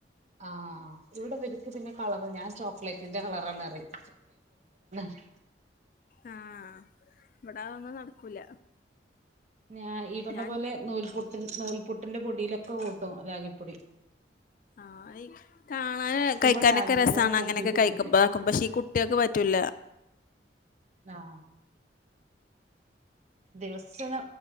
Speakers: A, on the right (about 40°); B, on the left (about 50°).
A: ആ ഇവിടെ ഇവരിക്ക് പിന്നെ കളറാണ് ഞാൻ ചോക്ലേറ്റിന്റെ കളറാണ്-. <unintelligible>
B: ആ ഇവിട അതൊന്നും നടക്കൂല.
A: ഞാ ഈ പറഞ്ഞ
B: ഞാൻ
A: പോലെ നൂൽപുട്ടി നൂൽപുട്ടിന്റെ പൊടിയിലൊക്കെ കൂട്ടും രാഗിപ്പൊടി.
B: ആയിക്ക് കാണാന്
A: ക്കുമ്പോ
B: കഴിക്കാനൊക്ക
A: രാഗിയും
B: രസാണ്.
A: കൂടെ കൂട്ടിയിട്ട്
B: അങ്ങനെ ഒക്ക കഴിക്കുബാ
A: പിടിപ്പിക്കും
B: ആക്കുമ്പ ശേ ഈ കുട്ടിയക്ക് പറ്റൂല.
A: ന്നാ ദിവസന